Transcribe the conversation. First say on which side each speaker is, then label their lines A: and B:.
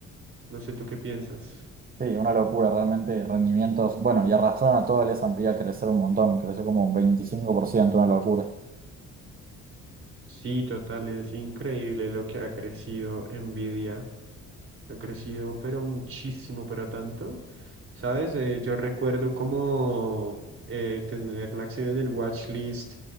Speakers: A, on the right; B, on the right.
A: No sé tú qué piensas.
B: Sí, una locura, realmente rendimientos. Bueno, y arrastraron a todo el S&P a crecer un montón, creció como un 25%, una locura.
A: Sí, total, es increíble lo que ha crecido Nvidia Ha crecido, pero muchísimo, pero tanto. ¿Sabes? Eh, yo recuerdo como eh, tener la acción en el watch list